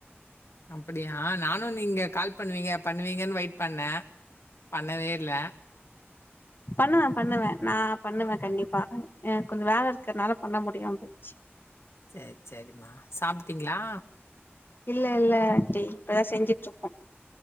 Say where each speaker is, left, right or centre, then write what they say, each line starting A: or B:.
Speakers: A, on the left; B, on the left.
A: அப்டியா நானு நீங்க கால் பண்ணுவீங்க பண்ணுவீங்கன்னு வெயிட் பண்ணே பண்ணவே இல்ல
B: பண்ணுவே பண்ணுவே நா பண்ணுவே கண்டிப்பா எனக்கு கொஞ்சோ வேலை இருக்றதுனால பண்ண முடியாம போச்சு
A: சேரி சேரிம்மா சாப்ட்டீங்ளா
B: இல்ல இல்ல ஆண்ட்டி இப்பதா செஞ்சுட்டு இருக்கோ